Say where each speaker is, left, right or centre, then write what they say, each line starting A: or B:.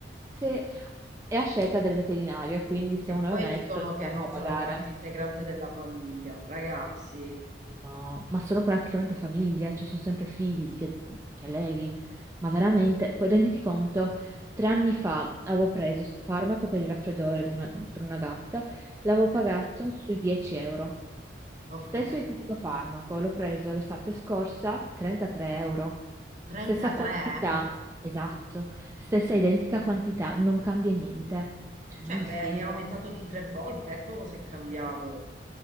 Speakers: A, on the right; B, on the right.
A: Se è a scelta del veterinario, quindi se
B: E
A: uno
B: poi
A: è onesto
B: dicono
A: non
B: che
A: te
B: non
A: la fa pagare.
B: sono parte integrante della famiglia, ragazzi.
A: No, ma sono praticamente famiglia, cioè sono sempre figli che, che allevi, ma veramente, poi renditi conto, tre anni fa avevo preso sto farmaco per il raffreddore di una- per una gatta, l'avevo pagato
B: Eh,
A: sui 10 euro.
B: ok,
A: Stesso identico farmaco, l'ho preso l'estate scorsa, 33 euro.
B: 33?
A: Stessa quantità, esatto, stessa identica quantità, non cambia niente, cioè
B: Cioè,
A: non mi
B: beh,
A: spiego.
B: è aumentato di tre volte, ecco cosa è cambiato.